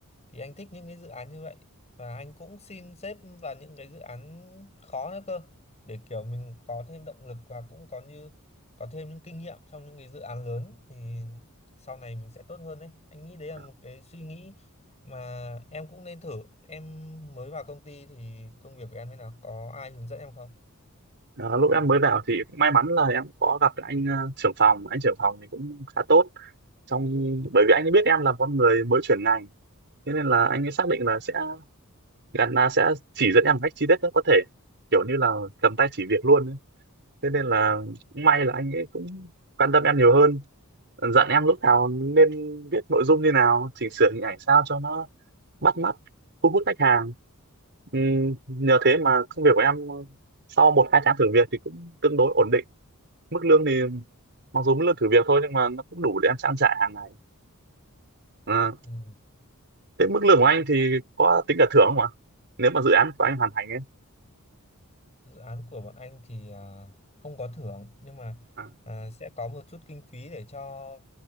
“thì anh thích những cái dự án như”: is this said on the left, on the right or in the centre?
Left